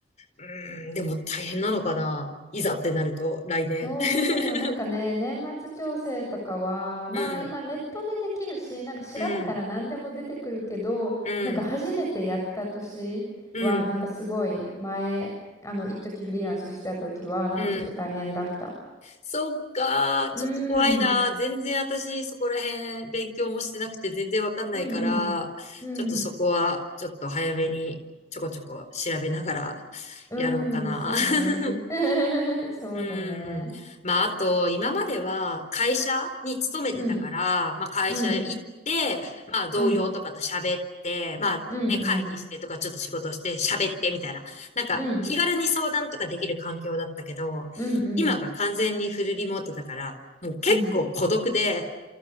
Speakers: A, on the left; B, on the left.
A: うーん、でも大変なのかな。いざってなると、来年。
B: そう、
A: <laughs>
B: なんかね、年末調整とかは、まあ今ネットでできるし、
A: うん、
B: なんか調べたら何でも出てくるけど、
A: うん、うん、
B: なんか初めてやった年は、
A: うん、
B: なんかすごい前、あの、一時フリーランスしてた時は、なんかちょっと大変だった。
A: うん。そっか、
B: うーん、
A: ちょっと怖いな。全然私そこら辺勉強もしてなくて全然わかんないから、
B: うんうん、うん、
A: ちょっとそこはちょっと早めにちょこちょこ調べながらやろうかな。
B: うーん、そうね。
A: <laughs>
B: <laughs> そうだね。
A: うん。まあ、あと、今までは会社に勤めてたから、
B: うん、
A: まあ、会社行って、
B: うん、
A: まあ、同僚とかと喋って、
B: うん、
A: まあ、
B: うん、
A: ね、会議してとか、
B: うん、
A: ちょっと仕事して喋ってみたいな。なんか、
B: うん、
A: 気軽に相談とかできる環境だったけど、
B: うん、うん、
A: 今が完全にフルリモートだから、もう結構孤独で、
B: うん。